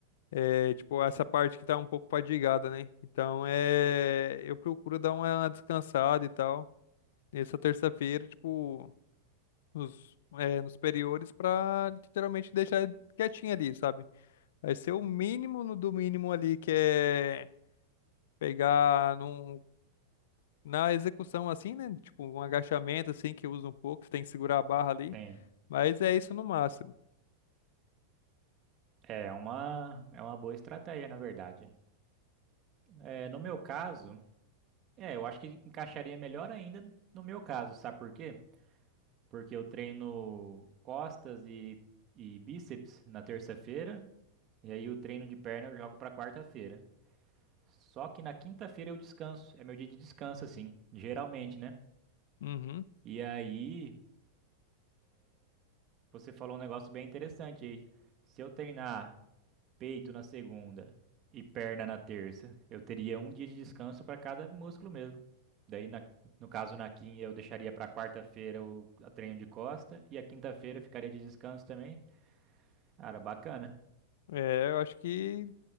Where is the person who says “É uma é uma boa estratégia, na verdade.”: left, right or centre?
Right